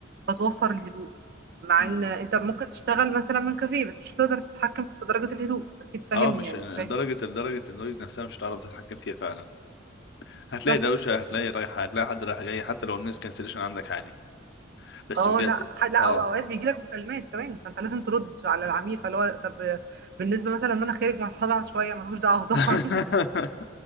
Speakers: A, on the right; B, on the left.
A: فتوفر الهدوء مع
B: مم.
A: ان انت ممكن تشتغل مثلا من كافيه بس مش هتقدر تتحكم في درجه الهدوء اكيد فاهمني
B: اه مش
A: يعني فاهم
B: درجة لدرجة النويز نفسها مش هتعرف تتحكم فيها فعلا هتلاقي
A: بالظبط
B: دوشة هتلاقي رايحة هتلاقي حد رايح جاي حتى لو النويز كانسليشن عندك عالي بس
A: اه
B: بجد
A: لا ح- لا
B: اه
A: أو اوقات بيجي لك مكالمات كمان فانت لازم ترد على العميل فاللي هو طب بالنسبه مثلا ان انا خارج مع اصحابي أقعد شويه ملوش دعوه طبعا
B: <laughs>